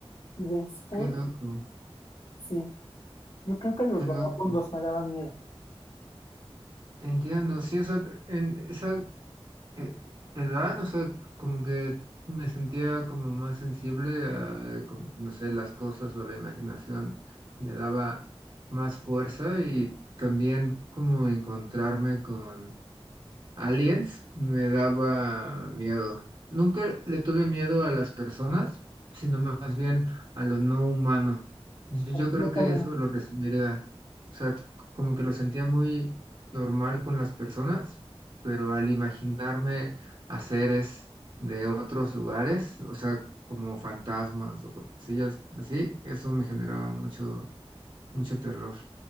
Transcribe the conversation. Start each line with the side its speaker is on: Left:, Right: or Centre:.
Left: Y después,
Right: Qué loco,
Left: sí, yo creo que los
Right: qué loco.
Left: vagabundos me daban miedo,
Right: Entiendo, sí, o sea, en esa eh, edad, o sea, como que me sentía como más sensible a, com- no sé, las cosas o la imaginación le daba más fuerza y también como encontrarme con Aliens me daba miedo. Nunca le tuve miedo a las personas, sino más bien a lo no humano. Yo,
Left: completamente.
Right: yo creo que eso lo resumiría. O sea, c- como que lo sentía muy normal con las personas, pero al imaginarme a seres de otros lugares, o sea, como fantasmas o cosillas así, eso me generaba mucho, mucho terror.